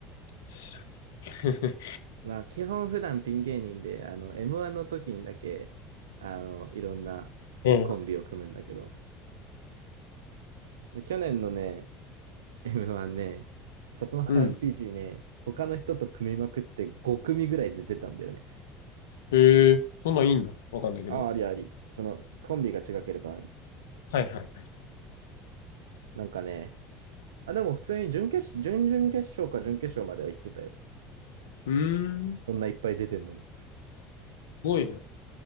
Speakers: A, on the left; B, on the right.
A: 知らない
B: まあ、基本普段ピン芸人で、あの、M1 の時にだけ、あの、いろんなコンビを組むんだけど、
A: <laughs> うん。<laughs>
B: で去年のね、M1 ね、薩摩川
A: うん
B: RPG ね、他の人と組みまくって5組ぐらいで出たんだよね。
A: へえ、そんなんいいんだ。わかんないけど。
B: ああ、ありあり。その、コンビが違ければあり。
A: はいはい。
B: なんかね、あ、でも普通に準決、準々決勝か準決勝までは行ってたよ。
A: うーん。す
B: そんないっぱい出てんのに。
A: ごいね。